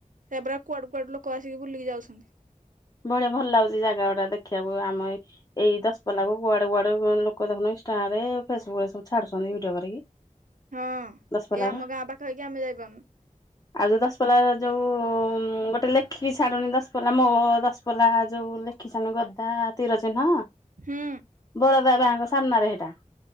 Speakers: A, on the right; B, on the left.
A: ସେବେ କୁଡୁ କୁଆଡୁ ଲୋକ ଆସିକି ବୁଲିକି ଯାଉଛନ୍ତି।
B: ବଢିଆ ଭଲ ଲାଗୁଛି ଜାଗା ଅଡା ଦେଖିବାକୁ ଆମ ଏଇ ଦଶ ପଲାକୁ କୁଆଡେ କୁଆଡେ ଲୋକ ଦେଖୁ ଇନଷ୍ଟଟାରେ ଫେସବୁ ରେ ସବ ଛଡୁଛନ୍ତି ଭିଡିଓ କରିକି।
A: ହଁ ଏଇ
B: ଦଶପଲ୍ଲାର
A: ଆମ ଗାଁ ପାଖ ହେଇକି ଆମେ ଯାଇପାରୁନୁ।
B: ଆଉ ଯୋଉ ଦଶପଲଲା ଯୋଉ ଗୋଟେ ଲେଖିକି ଛାଡୁନଣି ଦଶପଲଲା ମୋର୍। ପଲା ଯୋଉ ଲେଖିଛନ ଗଦା ତତିର ଚିହ୍ନ
A: ହୁଁ
B: ବରଦା ବାଙ୍କ ସାମ୍ନାରେ ହେଇଟା।